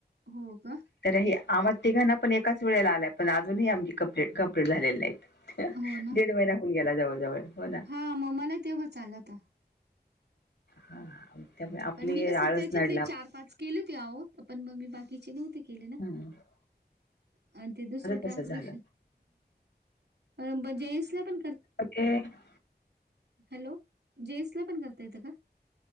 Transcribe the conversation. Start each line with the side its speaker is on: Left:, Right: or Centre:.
Right: हो का
Left: <inaudible> तर हे आम्हा तिघांण पण एकाच वेळेला आलाय पण अजूनही आम क कंमप्लीट झालेली नाही.
Right: हो ना
Left: दीड महिना्या होवून गेला जवळ जवळ हो ना.
Right: हा मग मला तेव्हा चालत.
Left: हा हा. त्यामुळे आपली
Right: पण मी कसं
Left: आळस
Right: त्याच्यातलं
Left: नाडला
Right: चार-पाच. केले ते आहो पण मम्मी बाकीचे नव्हते केले ना.
Left: माझं
Right: <inaudible> अ ते दुसरं
Left: तसं
Right: ट्रान्सलेशन
Left: झालं
Right: हा जेंट्स ला पण करत.
Left: एक <inaudible>
Right: हॅलो! जेन्स ला पण करता येतं का?